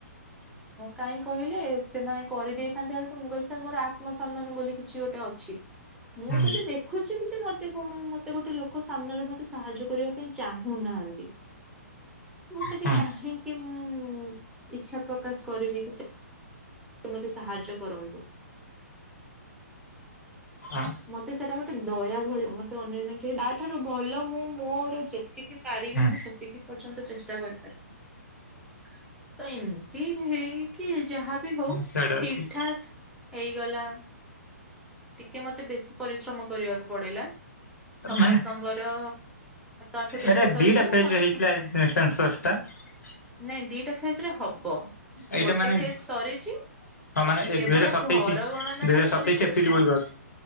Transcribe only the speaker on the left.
ହୁଁ
ହୁଁ
ହଁ
ହୁଁ ହୁଁ
ସେଇଟା
ଠିକ୍
ମାନେ
ଏଇଟା
ଦିଟା ଫେଜ
ହେଇଥିଲା ସେ ସେନସସ୍ ଟା ।
ଏଇଟା
ମାନେ
ହଁ ମାନେ
ଦୁଇ ହଜାର ସତେଇଶି
ଦୁଇ
ହଜାର
ସତେଇଶି ଏପ୍ରିଲ
ବେଳକୁ